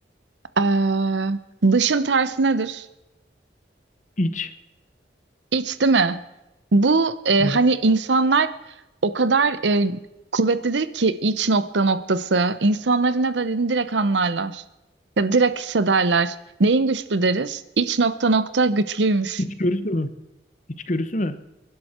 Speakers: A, on the right; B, on the left.
A: Ee, dışın tersi nedir?
B: İç.
A: İç değil mi? Bu e,
B: Evet.
A: hani insanlar o kadar e, kuvvetlidir ki iç nokta noktası. İnsanları ne dediğini direkt anlarlar. Ya direkt hissederler. Neyin güçlü deriz? İç nokta nokta güçlüymüş.
B: İçgörüsü mü? İçgörüsü mü?